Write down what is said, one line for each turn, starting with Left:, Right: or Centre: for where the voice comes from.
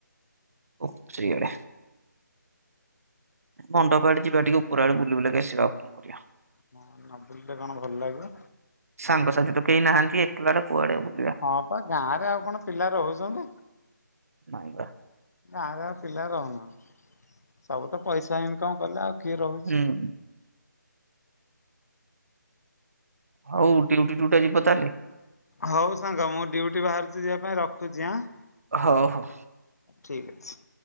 Right: ଓ ଚିଆଡେ। ମଣ୍ଡପ ଆଡେ ଯିବା ଟିକେ ଉପର ଆଡେ ବୁଲି ବୁଲାକି ଆସିବା ଆଉ କଣ କରିବା।
Left: ହ ନବୁଲଟେ କଣ ଭଲ ଲାଗିବ।
Right: ସାଙ୍ଗସାଥି ତ କେହି ନାହାନ୍ତି ଏକଲାଟା କୁଆଡେ ଆଉ।
Left: ହଁ ପା, ଗାଁ ରେ ଆଉ କଣ ପିଲା ରହୁଚନ୍ତି।
Right: ନାଇଁ ବା
Left: ଗାଁରେ ଆଉ ପିଲା ରହୁନାହାନ୍ତି, ସବୁ ତ ପଇସା ଇନକମ୍ କଲେ ଆଉ। କିଏ ରହୁଚି।
Right: ହୁଁ। ହଉ ଉଡିଉଡି ଟୁଟା ଯିବ ତାଲେ।
Left: ହଉ ସାଙ୍ଗ ମୁଁ ଡୁଉଟି ବାହାରୁଚି ଯିବା ପାଇଁ ରଖୁଚି ଆଁ?
Right: ହଉ ହଉ।
Left: ଠିକ୍ ଅଛି।